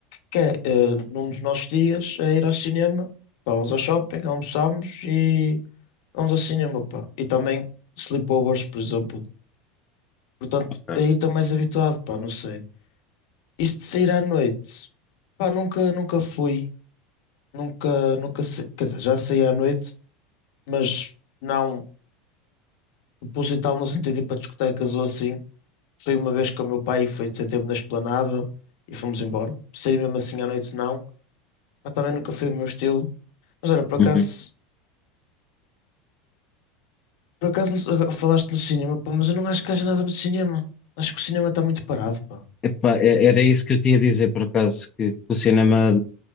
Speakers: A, on the left (about 70°); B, on the left (about 25°).
A: que é, eh, num dos nossos dias, é ir ao cinema, pá, vamos ao shopping, almoçamos e vamos ao cinema, pá. E também sleepovers, por exemplo. Portanto,
B: ok,
A: aí estou mais habituado, pá, não sei. Isto de sair à noite, pá, nunca, nunca fui, nunca, nunca, sa- quer dizer, já saí à noite, mas não proposital no sentido de ir para discotecas ou assim. Fui uma vez com o meu pai e foi ter tempo na esplanada e fomos embora. Sair mesmo assim à noite, não. Pá, também nunca foi o meu estilo. Mas olha, por acaso,
B: uhum.
A: por acaso não sei- agora falaste no cinema, pá, mas eu não acho que haja nada no cinema. Acho que o cinema está muito parado, pá,
B: Epá, é- era isso que eu tinha a dizer, por acaso, que, que o cinema